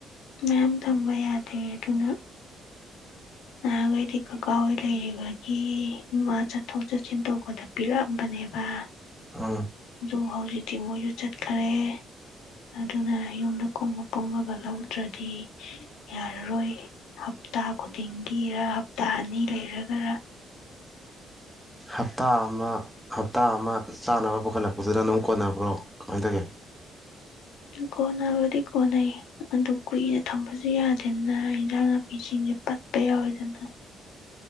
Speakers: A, on the left; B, in the centre.
A: ꯃꯌꯥꯝ ꯊꯝꯕ ꯌꯥꯗꯦ ꯑꯗꯨꯅ ꯅꯍꯥꯟꯈꯩꯗꯤ ꯀꯀꯥ ꯍꯣꯏ ꯂꯩꯔꯤꯕꯒꯤ ꯏꯃ ꯆꯠꯊꯣꯛ ꯆꯠꯁꯤꯟ ꯇꯧꯕꯗ ꯄꯤꯔꯛꯑꯝꯕꯅꯤ ꯕ
B: ꯎꯝ
A: ꯑꯗꯨ ꯍꯧꯖꯤꯛꯇꯤ ꯃꯣꯏꯁꯨ ꯆꯠꯈꯔꯦ ꯑꯗꯨꯅ ꯌꯨꯝꯗ ꯀꯨꯝꯃ ꯀꯨꯝꯃꯒ ꯂꯧꯗ꯭ꯔꯗꯤ ꯌꯥꯔꯔꯣꯏ ꯍꯞꯇꯥ ꯈꯨꯗꯤꯡꯒꯤꯔ ꯍꯞꯇꯥ ꯑꯅꯤ ꯂꯩꯔꯒꯔ
B: ꯍꯞꯇꯥ ꯑꯃ ꯍꯞꯇꯥ ꯑꯃ ꯆꯥꯅꯕ ꯄꯨꯈꯠꯂꯛꯄꯗꯨꯗ ꯑꯗꯨꯝ ꯀꯣꯟꯅꯕ꯭ꯔꯣ ꯀꯃꯥꯏꯅ ꯇꯧꯒꯦ
A: ꯀꯣꯅꯕꯗꯤ ꯀꯣꯟꯅꯩ ꯑꯗꯨ ꯀꯨꯏꯅ ꯊꯝꯕꯁꯨ ꯌꯥꯗꯦꯗꯅ ꯏꯟꯖꯥꯡ ꯅꯥꯄꯤꯁꯤꯡꯁꯦ ꯄꯠꯄ ꯌꯥꯎꯋꯦꯗꯅ